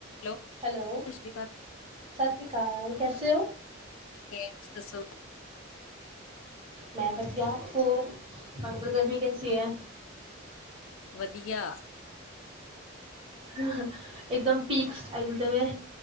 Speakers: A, on the left; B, on the right.
A: ਹੈਲੋ
B: ਹੈਲੋ,
A: ਸਤਿ ਸ੍ਰੀ ਅਕਾਲ
B: ਸਤ ਸ੍ਰੀ ਕਾਲ। ਸੇ ਔ।
A: ਕੇ, ਤੁਸੀਂ ਦੱਸੋ?
B: ਮੈਂ ਵਧੀਆ ਹੋਰ ਤਾਡੇ ਦਰ ਗਰਮੀ ਕੈਸੀ ਹੈ?
A: ਵਧੀਆ।
B: ਇੱਕਦਮ ਪੀਕ ਸਟਾਈਲ ਤੇਵੇ।